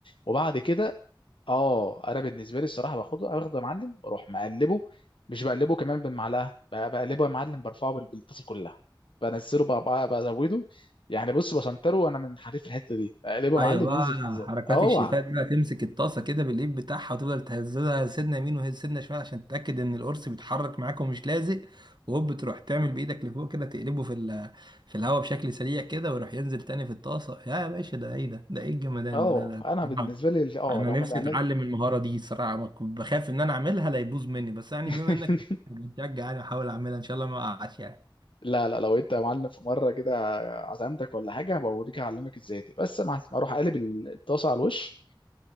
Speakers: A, on the left; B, on the right.
A: وبعد كده اه انا بالنسبه لي الصراحه باخده باخده يا معلم واروح مقلبه مش بقلبه كمان بالمعلقه ب- بقلبه يا معلم برفعه بال- بالطاسه كلها بنزله بقى بقى- بزوده يعني بص بسنتره وانا من حريف الحته دي اقلبه يا
B: ايوه
A: معلم
B: بقى
A: ينزل ازاي
B: حركات
A: اوعى
B: الشيفات بقى تمسك الطاسه كده بالايد بتاعها وتفضل تهزها سنه يمين وسنه شمال عشان تتاكد ان القرص بيتحرك معاك ومش لازق وهوب تروح تعمل بايدك لفوق كده تقلبه في ال- في الهواء بشكل سريع كده ويروح ينزل تاني في الطاسه يا باشا ده ايه ده ده ايه الجمدان
A: اه
B: ده لا لا
A: انا
B: لا.
A: بالنسبه لي ال- اه
B: انا
A: لو
B: نفسي
A: ما اتعمل
B: اتعلم المهاره دي صراحه ما كنت بخاف ان انا اعملها لا يبوظ مني بس يعني
A: <laughs>
B: بما انك بتشجع يعني احاول اعملها ان شاء الله ما اقعش يعني
A: لا لا لو انت يا معلم في مره كده عزمتك ولا حاجه بوريك اعلمك ازاي دي بس يا معلم اروح اقلب الطاسه على الوش